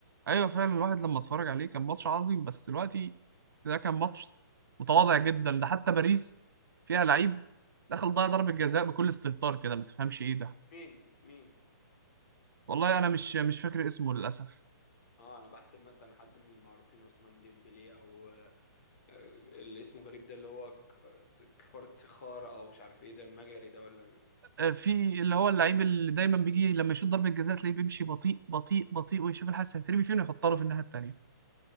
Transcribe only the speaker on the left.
مين مين
اه انا بحسب مثلا حد من المعروفين عثمان ديمبلي او آه، اللي اسمه غريب ده اللي هو ك- كفارة سخار او مش عارف ايه ده المجري ده ولا